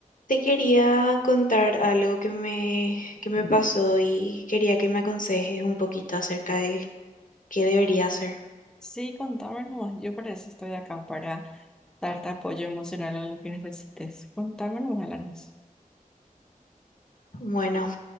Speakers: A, on the left; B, in the centre.
A: Te quería contar algo que me, que me pasó y quería que me aconsejes un poquito acerca de qué debería hacer.
B: Sí, contame nomás. Yo para eso estoy acá, para darte apoyo emocional a lo que necesites. Contame nomás, Alanis.
A: Bueno,